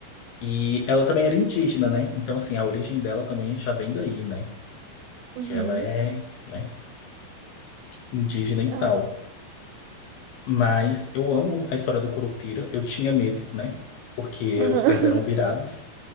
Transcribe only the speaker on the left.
E ela também era indígena, né? Então, assim, a origem dela também já vem daí, né?
que ela é, né, indígena e
tal. Mas eu amo a história do Curupira. Eu tinha medo, né? Porque
os pés eram virados.